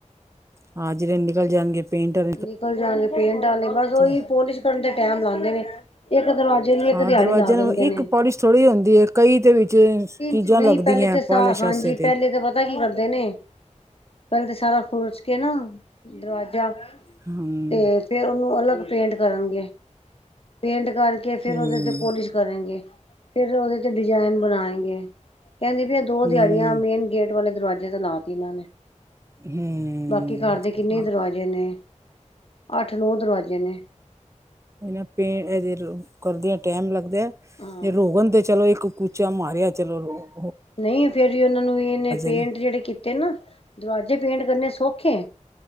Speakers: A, on the right (about 25°); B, on the left (about 50°).
A: ਹਾਂ ਜਿਹੜੇ ਨਿਕਲ ਜਾਣਗੇ ਪੇਂਟਰ
B: ਨਿਕਲ ਜਾਣਗੇ ਪੇਂਟ ਵਾਲੇ ਬਸ
A: ਤਾਂ
B: ਉਹੀ ਪੋਲਿਸ਼ ਕਰਨ ਦੇ। ਟੈਮ ਲਾਉਦੇ ਨੇ ਇੱਕ ਦਰਵਾਜੇ ਦੀ ਇੱਕ
A: ਹਾਂ
B: ਦਿਹਾੜੀ
A: ਦਰਵਾਜ਼ੇ
B: ਲਾ
A: ਨੂੰ
B: ਦਿੰਦੇ ਨੇ।
A: ਇੱਕ ਪੋਲਿਸ਼ ਥੋੜ੍ਹੀ ਹੁੰਦੀ ਹੈ ਕਈ ਦੇ ਵਿੱਚ
B: ਇ ਨਹੀਂ
A: ਚੀਜ਼ਾਂ ਲੱਗਦੀਆਂ
B: ਪਹਿਲੇ ਤਾਂ ਸਾ
A: ਪਾਲਿਸ਼
B: ਹਾਂਜੀ
A: ਵਾਸਤੇ ਤੇ
B: ਪਹਿਲੇ ਤਾਂ ਪਤਾ ਕੀ ਕਰਦੇ ਨੇ। ਪਹਿਲੇ ਤੇ ਸਾਰਾ ਖੂਰਚ ਕੇ ਨਾ ਦਰਵਾਜਾ
A: ਹਮ
B: ਤੇ ਫੇਰ ਉਹਨੂੰ ਅਲੱਗ। ਪੇਂਟ ਕਰਨਗੇ ਪੇਂਟ ਕਰਕੇ ਫਿਰ
A: ਹਮ
B: ਉਹਦੇ ਤੇ ਪੋਲਿਸ਼ ਕਰਨਗੇ ਫਿਰ ਉਹਦੇ ਡਿਜ਼ਾਇਨ ਬਣਾਏ ਗੇ, ਕਹਿੰਦੀ ਪੀ ਇਹ ਦੋ
A: ਹਮ
B: ਦਿਹਾੜੀਆਂ ਮੇਨ ਗੇਟ ਵਾਲੇ ਦਰਵਾਜੇ ਤਾਂ ਲਾ ਤ ਇਹਨਾਂ ਨੇ,
A: ਹਮ
B: ਬਾਕੀ ਘਰ ਦੇ ਕਿੰਨੇ
A: ਹਾਂ
B: ਦਰਵਾਜੇ ਨੇ ਅੱਠ- ਨੌ ਦਰਵਾਜ਼ੇ ਨੇ
A: ਇਹ ਪੇਟ ਅ ਰੋ ਕਰਦਿਆਂ ਟਾਈਮ ਲੱਗਦਾ।
B: ਹਾਂ
A: ਤੇ ਰੋਗਣ ਤੇ ਚਲੋ ਇੱਕ ਕੁੂਚਾ ਮਾਰ <unintelligible>
B: ਨਹੀਂ ਫੇਰ, ਵੀ ਉਹਨਾਂ ਨੂੰ ਇਹਨੇ ਪੇਂਟ
A: ਨੂੰ
B: ਜਿਹੜੇ ਕੀਤੇ ਨਾ ਦਰਵਾਜ਼ੇ ਪੇਂਟ ਕਰਨੇ ਸੌਖੇ